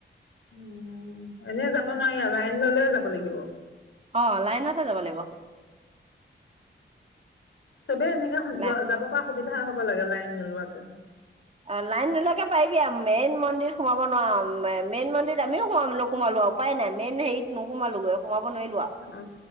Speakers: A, on the left; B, on the right.
A: উ এনে যাব নোৱাৰি লাইন ললেয় যাব লাগিব?
B: অ লাইনতে যাব লাগিব?
A: চবে এনেকে
B: লাই
A: যাব পৰা। সুবিধা হ'ব লাগে লাইন নোলোৱাকে?
B: অ লাইন নোলকে পাৰিবি মেইন মন্দিৰিত সোমাব নোৱাৰ। মেইন মন্দিৰত আমিও সোমাম নোসোমালো উপায় নাই, মেইন হেৰিত নোসোমালোগৈ সোমাব নোৱাৰিলো আও।
A: অ',